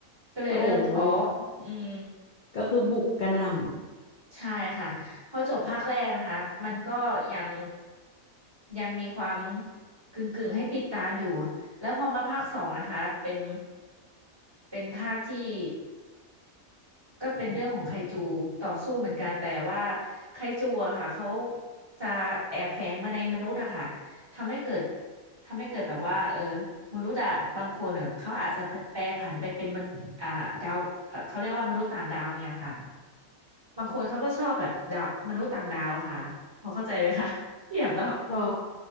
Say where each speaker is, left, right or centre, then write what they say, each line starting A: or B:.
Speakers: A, on the right (about 20°); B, on the left (about 55°).
A: ก็เลยเริ่มท้อ
B: โอ้โห
A: อืม
B: ก็คือบุกกระหน่
A: ใช่ค่ะพอจบภาคแรกนะคะมันก็ยังยังมีความกึ่งๆให้ติดตามอยู่แล้วพอมาภาคสองนะคะเป็นเป็นภาคที่ ก็เป็นเรื่องของไคจูต่อสู้เหมือนกันแต่ว่าไคจูอะค่ะเขาจะแอบแฝงมาในมนุษย์อะค่ะทำให้เกิดทำให้เกิดแบบว่าเออมนุษย์อะบางคนเออเขาอาจจะแปรผันไปเป็นมนอ่าดาวเอ่อเขาเรียกว่ามนุษย์ต่างดาวเนี่ยค่ะบางคนเขาก็ชอบแบบดาวมนุษย์ต่างดาวอะค่ะพอเข้าใจไหมคะ <laughs> เทีย <laughs> บแล้ว
B: ำเพราะ